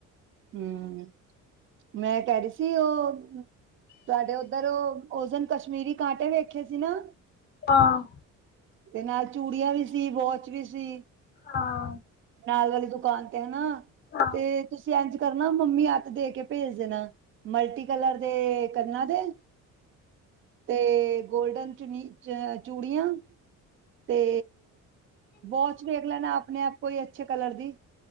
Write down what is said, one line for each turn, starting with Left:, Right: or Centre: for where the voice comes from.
Right: ਹੂੰ ਮੈਂ ਕਹਿ ਰਹੀ ਸੀ ਉਹ ਤੁਹਾਡੇ ਉੱਧਰ ਉਹ ਓਸ ਦਿਨ ਕਸ਼ਮੀਰੀ ਕਾਂਟੇ ਵੇਖੇ ਸੀ ਨਾ
Left: ਹਾਂ
Right: ਤੇ ਨਾਲ ਚੂੜੀਆਂ ਵੀ ਸੀ ਵੋਚ ਵੀ ਸੀ
Left: ਹਾਂ
Right: ਨਾਲ ਵਾਲੀ ਦੁਕਾਨ ਤੇ ਹੈ ਨਾ
Left: ਹਾਂ
Right: ਤੇ ਤੁਸੀਂ ਇੰਝ ਕਰਨਾ ਮੰਮੀ ਹੱਥ ਦੇ ਕੇ ਭੇਜ ਦੇਣਾ ਮਲਟੀ ਕਲਰ ਦੇ ਕੰਨਾਂ ਦੇ
Left: <inaudible>
Right: ਤੇ ਗੋਲਡਨ ਚੁਨੀ ਚ ਚੂੜੀਆਂ ਤੇ ਵੋਚ ਵੇਖ ਲੈਣਾ ਆਪਣੇ ਆਪ ਕੋਈ ਅੱਛੇ ਕਲਰ ਦੀ